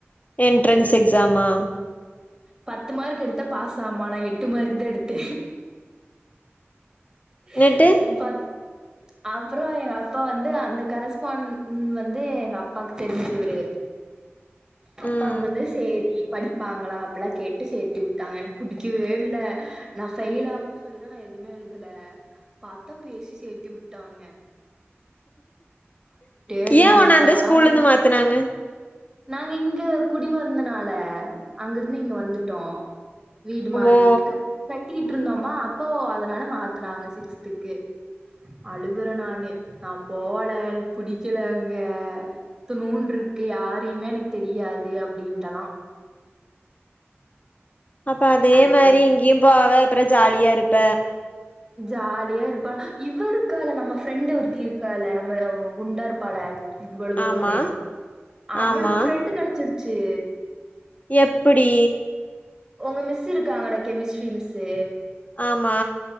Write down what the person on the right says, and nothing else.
பத்து மார்க் எடுத்தா பாஸ் ஆமா நா எட்டு மார்க்கு தா எடுத்த <unintelligible>
அப்புறோ எங்க அப்பா வந்து அந்த கரஸ்பாண் ண் வந்து எங்க அப்பாக்கு தெரிஞ்சவரு அப்ப
அவங்க வந்து சேரி படிப்பாங்களா அப்பல்லா கேட்டு சேத்தி உட்டாங்க எனக்கு புடிக்கவே இல்ல நா ஃபெயில் ஆகுனு சொல்லிதான் நான் எதுவுமே எழுதல பாத்தா பேசி சேத்தி உட்டாங்க இருந்தேன்
எனக்கு
யாரு
நாங்க இங்க குடி வந்தனால அங்கிருந்து இங்க வந்துட்டோ வீடு மாறி
<inaudible> கட்டிட் ட்ருந்தோமா அப்போ அதனால மாத்துனாங்க சிக்ஸ்த்துக்கு அழுவுற நானு நா போல எனக் புடிக்கல அங்க இத்துணூண்டுருக்கு யார் யாரையுமே எனக் தெரியாது அப்டின்ட்டெல்லா
அப்புறம்
ஜாலியா இருப்பா இவ இருக்கால நம்ம ஃப்ரெண்டு ஒருத்தி இருக்கால நம்மல குண்டா இருப்பால பொலு பொலுன்னு
அவளுக்கு
ஃப்ரெண்டு கெடச்சு ச்சு
உங்க மிஸ் இருக்காங்கள கெமிஸ்ட்ரி மிஸ்ஸு